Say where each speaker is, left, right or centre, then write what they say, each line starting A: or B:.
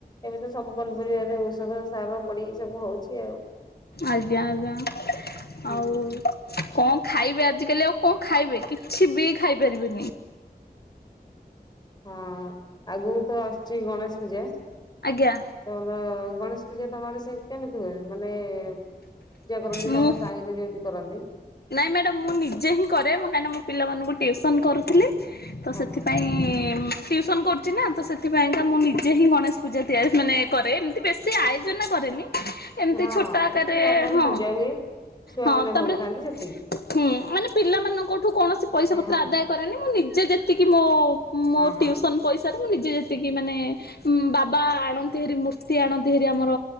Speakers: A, on the left (about 25°); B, on the left (about 75°).
A: ଏବେ ତ ସବୁ ପନିପରିବାରେ ଔଷଧ ସାର ପଡିକି ସବୁ ହଉଛି ଆଉ
B: ଆଜ୍ଞା ଆଜ୍ଞା
A: ହୁଁ।
B: ଆଉ କଣ ଖାଇବେ ଆଜିକାଲି ଆଉ କଣ ଖାଇବେ କିଛି ବି ଖାଇପାରିବେନି।
A: ହଁ ଆଗକୁ ତ ଆସୁଛି ଗଣେଶ ପୂଜା ତମର
B: ଆଜ୍ଞା
A: ଗଣେଶ ଗଣେଶ ପୂଜା ତମ ଆଡେ ସେ କେମିତି ହୁଏ ମାନେ ପୂଜା କରନ୍ତି
B: ମୁଁ
A: ତମ ସାହିରେ ଯେମିତି କରନ୍ତି?
B: ନାଇଁ ମ୍ୟାଡାମ ମୁଁ ନିଜେ ହିଁ କରେ କାହିଁକିନା ମୁଁ ପିଲାମାନଙ୍କୁ ଟିଉସନ କରୁଥିଲି ତ ସେଥିପାଇଁ
A: ଓହୋ।
B: ଉଁ ଟିୟୁସନ କରୁଛି ନା ତ ସେଥିପାଇଁ ତ ମୁଁ ନିଜେ ହିଁ ଗଣେଶ ପୂଜା ତିଆରି ମାନେ କରେ ଏମିତି ବେଶି ଆୟୋଜନ କରେନି ଏମିତି
A: ହଁ
B: ଛୋଟ ଆକାରରେ
A: ନର୍ମାଲ
B: ହଁ
A: ପୂଜା ହୁଏ ଛୁଆ
B: ହଁ
A: ମାନେ
B: ତାପରେ
A: ଭୋଗ ଖାନ୍ତି ସେ
B: ହୁଁ ମାନେ ପିଲାମାନଙ୍କଠୁ କୌଣସି ପଇସା ପତ୍ର
A: ହଁ
B: ଆଦାୟ କରେନି ମୁଁ ନିଜେ ଯେତିକି ମୋ
A: ହଁ। ହଁ
B: ଟିୟୁସନ ପଇସାରେ ମୁଁ ନିଜେ ଯେତିକି ମାନେ ବାବା ଆଣନ୍ତି ହେରି ମୂର୍ତ୍ତି ଆଣନ୍ତି ହେରି ଆମର